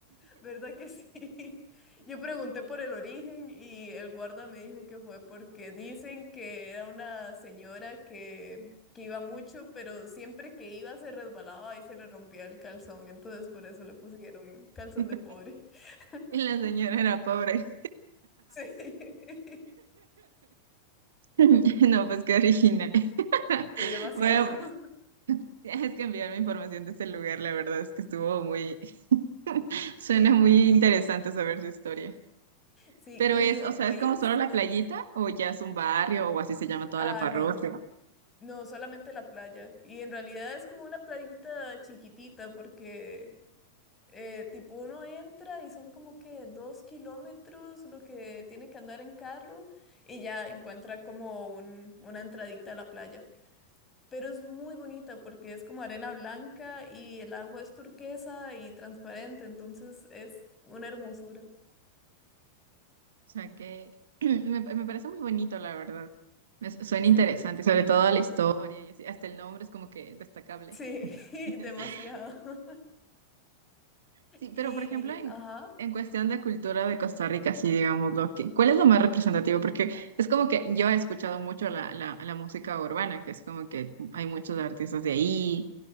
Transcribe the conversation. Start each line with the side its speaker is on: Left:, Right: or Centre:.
Left: ¿Verdad que sí? <laughs> Yo pregunté por el origen y el guarda me dijo que fue porque dicen que era una señora que, que iba mucho, pero siempre que iba se resbalaba y se le rompía el calzón, entonces por eso le pusieron calzón
Right: <laughs>
Left: de pobre. <laughs>
Right: Y la señora era pobre.
Left: Sí, <laughs> sí,
Right: <laughs> No, pues qué original. <laughs>
Left: demasiado.
Right: Bueno, tienes que enviarme información de ese lugar, la verdad es que estuvo muy, <laughs> suena
Left: Sí,
Right: muy interesante saber su historia.
Left: sí.
Right: Pero
Left: ¿Y
Right: es,
Left: de
Right: o
Left: tu
Right: sea,
Left: país?
Right: es como solo la playita o ya es un barrio o así se llama toda
Left: Ah,
Right: la parroquia.
Left: no, no, solamente la playa. Y en realidad es como una playita chiquitita porque Eh, tipo uno entra y son como que dos kilómetros lo que tiene que andar en carro y ya encuentra como un, una entradita a la playa. Pero es muy bonita porque es como arena blanca y el agua es turquesa y transparente, entonces es una hermosura.
Right: O sea que <clears throat> me, me parece muy bonito, la verdad. Me su- suena
Left: Sí,
Right: interesante, sobre todo la historia y así. Hasta el nombre es como que destacable.
Left: sí, <laughs>
Right: <laughs>
Left: demasiado. <laughs>
Right: Sí,
Left: Y,
Right: pero por ejemplo, en,
Left: ajá,
Right: en cuestión de cultura de Costa Rica, sí, digámoslo, que, ¿cuál es lo más representativo? Porque es como que yo he escuchado mucho la, la, la música urbana, que es como que hay muchos artistas de ahí